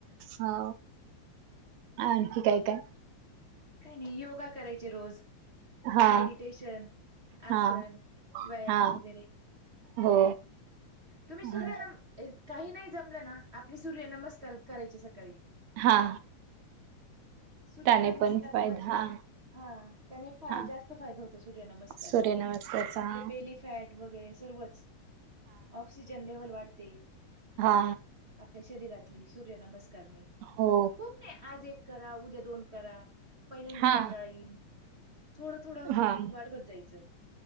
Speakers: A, on the right (about 75°); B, on the right (about 35°).
A: हो आणखी काय काय
B: काही नाही योगा करायचे रोज
A: हा
B: मेडिटेशन आसन
A: हा
B: व्यायाम
A: हा
B: वगैरे
A: हो
B: तुम्ही सूर्यनमस्कार
A: हा
B: काही नाही जमलं ना आपली सूर्य नमस्कार करायची सकाळी.
A: हा
B: सूर्य
A: त्याने
B: नमस्कार
A: पण
B: ह
A: फायदा हा हा
B: जास्त फाय हो सुर्या नमस्कार
A: सूर्यनमस्कारचा
B: आप नीट
A: हा
B: फॅट सर्व ऑक्सिजन लेवल वाढते.
A: हा
B: आपल्या शरीरातली सूर्य नमस्कारणी
A: हो
B: नाही आज एक करा उद्या दोन करा पहिल्यांदी
A: हां,
B: कंटाळा येईन थोडं थोडं
A: हां.
B: वाढवत जायचं.